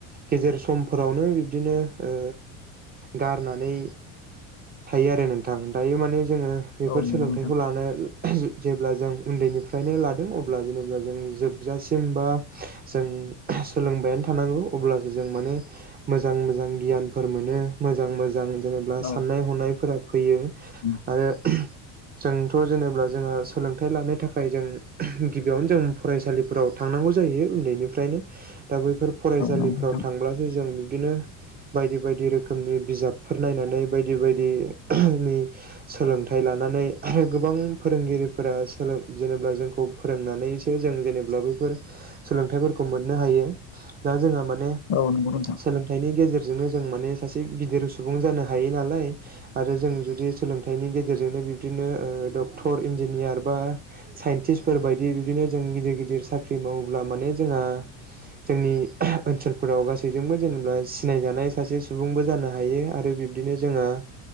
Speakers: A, on the right; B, on the left.
A: गेजेर समफोरावनो बिब्दिनो ओ गारनानै थायो आरो नोंथां दायो माने जोङो बेफोर
B: औ नंगौ
A: सोलोंथाइखौ
B: नोंथां
A: लानो जेब्ला जों उन्दैनिफ्रायनो लादों अब्ला जेनेब्ला जों जोबजासिम बा जों सोलोंबायानो थानांगौ अब्लासो जों माने मोजां मोजां गियानफोर मोनो मोजां मोजां जेनेब्ला
B: औ
A: साननाय हनायफोरा फैयो
B: औ
A: आरो जोंथ' जेनेब्ला जोङो सोलोंथाइ लानो थाखाय जों गिबियावनो जों फरायसालिफोराव थांनांगौ जायो उन्दैनिफ्रायनो दा बैफोर फरायसालिफ्राव
B: नंगौ नोंथां
A: थांब्लासो जों बिदिनो बायदि बायदि रोखोमनि बिजाब। फोर नायनानै बायदि बायदिनि सोलोंथाइ लानानै आरो गोबां फोरोंगिरिफोरा जेनबा जोंखौ फोरोंनानैसो जों जेनब्ला बैफोर सोलोंथाइफोरखौ मोननो हायो दा जोंहा माने
B: औ नंगौ नोंथां।
A: सोलोंथाइनि गेजेरजोंनो जों माने सासे गिदिर सुबुं जानो हायो नालाय। आरो जों जुदि सोलोंथाइनि गेजेरजोंनो बिब्दिनो ओ डक्टर इन्जिनियार बा साइन्टिस्फोर बायदि बिदिनो जों गिदिर गिदिर साख्रि मावोब्ला माने जोंहा जोंनि ओनसोलफोराव गासैजोंबो जेनेबा सिनायजानाय सासे सुबुंबो जानो हायो। आरो बिब्दिनो जोङो